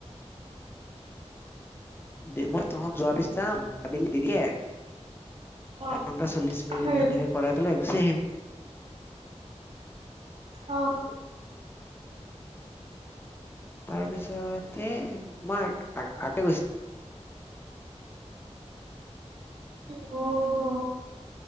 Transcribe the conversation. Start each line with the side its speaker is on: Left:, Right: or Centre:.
Left: দে, মই তহঁত যোৱা পিছত যাম আবেলি দেৰিকে
Right: অ
Left: আধা‌ ঘণ্টা চল্লিশ মিনিট
Right: উম
Left: ধুনীয়াকে কৰাই পেলাই গুচি আহিম।
Right: অ'
Left: তাৰপিছত তে মাৰ <unintelligible> গৈছ
Right: অ'